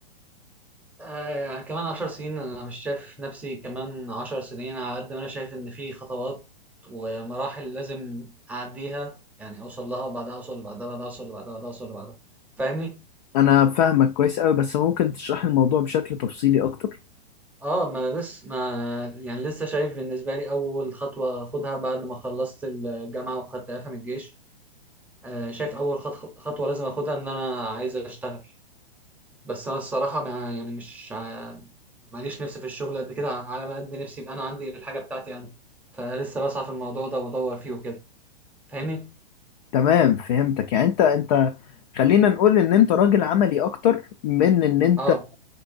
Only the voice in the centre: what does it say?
آه كمان عشر سنين انا مش شايف نفسي كمان عشر سنين على قد ما انا شايف ان في خطوات ومراحل لازم اعديها يعني اوصل لها وبعدها اوصل لبعدها بعدها اوصل لبعدها بعدها اوصل لبعدها فاهمني؟
اه ما لسه ما يعني لسه شايف بالنسبة لي اول خطوة اخدها بعد ما خلصت الجامعة واخدت اعفاء من الجيش آه شايف اول خط- خطوة لازم اخدها ان انا عايز اشتغل بس انا الصراحه ما يعني مش ع- ماليش نفسي في الشغل قد كده على ما قد نفسي يبقى انا عندي الحاجه بتاعتي انا فلسه بسعى في الموضوع ده وبدور فيه وكده فاهمني
اه